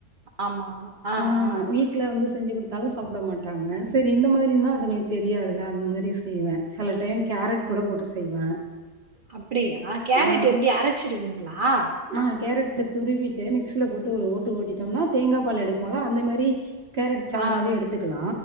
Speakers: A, on the right; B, on the right.
A: ஆமா ஆ
B: ம்
A: ஆ
B: வீட் ட்டில வந்து செஞ்சி குடுத்தாலு சாப்படமாட்டாங்க செரி இந்த மாதிரிந்தா அதுங்களுக்கு தெரியாதல அந்த மாரி செய்வே செல டைம் கேரட் கூட போட்டு செய்வே
A: அப்டியா கேரட்
B: ஆ
A: எப்டி அரச்சிருவீங்களா
B: ஆ கேரட துருவிட்டு மிக்சல போட்டு ஒரு ஓட்டு ஓட்டிட்டம்னா தேங்கா பால் எடுப்போலா அந்த மேரி கேரட் சாராவே
A: ஆ
B: எடுத்துக்கலா